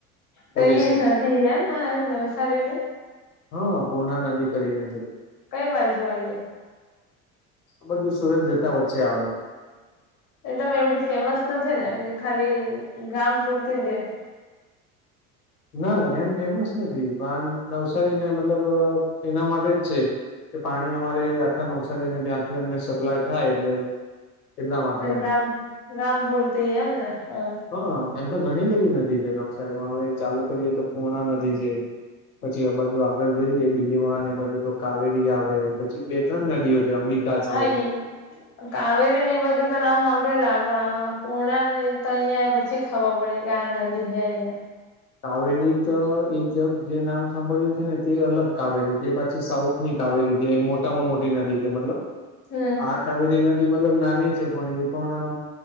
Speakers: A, on the left; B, on the left.
A: પોલીસે
B: તો એઈ નદી એમ નવસારી ની
A: હા પૂર્ણા નદી કરીને છે.
B: કઈ બાજુ આઈ એ?
A: આ બાજુ સુરત જતા વચ્ચે આવે.
B: એકદમ એવડી ફેમસ નથી ને, કે ખાલી ગામ પૂરતી જ હે.
A: ના એમ ફેમસ નથી. પણ નવસારીને મતલબ એના માટે જ છે. કે પાણી અમારે આખા નવસારીને ત્યાંથી અમને સપ્લાય થાય એટલે. એટલા માટે
B: તે
A: એમ
B: ગામ ગામ પૂરતી એમ ને ઓમ
A: હા એમ તો ઘણી બધી નદી છે. નવસારીમાં હવે ચાલુ કરીએ તો પૂર્ણા નદી છે. પછી આ બાજુ આગળ જઈએ બીલીમળ ને બાજુ તો કાવેરી આવે, પછી બે ત્રણ નદીઓ છે અંબી
B: હા એ.
A: <inaudible>
B: કાવેરી ની એ બધું તો નામ સાંભળેલા પણ પૂર્ણા તો અહિયાં પછી પછી ખબર પડી કે આ નદી હે એમ.
A: કાવેરી તો એ જે નામ સાંભળ્યું છે ને તે અલગ કાવેરી એ પછી સાઉથ ની કાવેરી છે મોટામાં મોટી નદી છે મતલબ
B: હમ
A: આ કાવેરી નદી મતલબ નાની છે પણ એ પણ